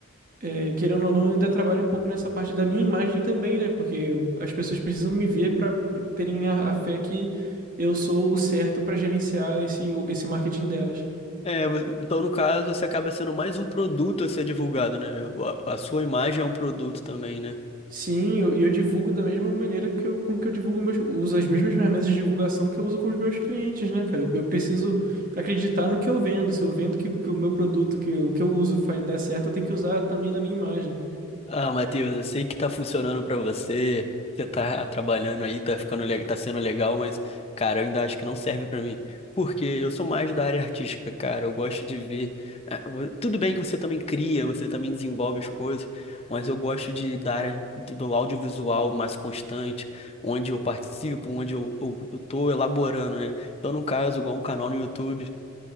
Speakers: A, on the right; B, on the left.
A: é, querendo ou não, eu ainda trabalho um pouco nessa parte da minha imagem também, né? Porque eu- as pessoas precisam me ver para terem a, a fé que eu sou o certo para gerenciar esse, o- esse marketing delas.
B: É, vo- então no caso você acaba sendo mais um produto a ser divulgado, né? A a sua imagem é um produto também, né?
A: Sim, eu- e eu, divulgo da mesma maneira que eu, com que eu divulgo meus, uso as mesmas ferramentas de divulgação que eu uso com os meus clientes, né, cara? Eu, eu preciso acreditar no que eu vendo. Se eu vendo que, que o meu produto, que, o que eu uso faz, dá certo, eu tenho que usar também na minha imagem.
B: Ah, Matheus, eu sei que tá funcionando pra você, que você tá trabalhando aí, tá ficando, le- tá sendo legal, mas, cara, eu ainda acho que não serve pra mim. Porque eu sou mais da área artística, cara. Eu gosto de ver. eh, vo- Tudo bem que você também cria, você também desenvolve as coisas, mas eu gosto de da área de- do audiovisual mais constante, onde eu participo, onde eu, eu, eu tô elaborando, né? Então, no caso, igual um canal no YouTube.